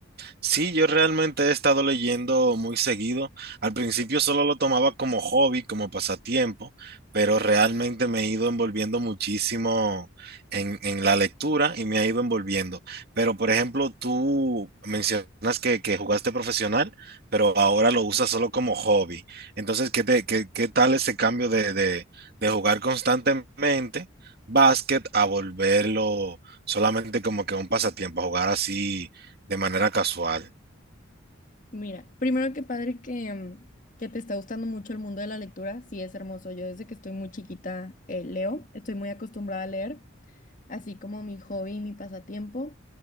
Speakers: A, on the right (about 50°); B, on the left (about 40°).
A: Sí, yo realmente he estado leyendo muy seguido. Al principio solo lo tomaba como hobby, como pasatiempo, pero realmente me he ido envolviendo muchísimo en, en la lectura y me ha ido envolviendo. Pero, por ejemplo, tú mencionas que, que jugaste profesional, pero ahora lo usas solo como hobby. Entonces, ¿qué te, qué, qué tal ese cambio de, de, de jugar constantemente básquet a volverlo solamente como que un pasatiempo, a jugar así? De manera casual.
B: Mira, primero que padre que, mm, que te está gustando mucho el mundo de la lectura. Sí, es hermoso. Yo desde que estoy muy chiquita eh, leo, estoy muy acostumbrada a leer. así como mi hobby y mi pasatiempo.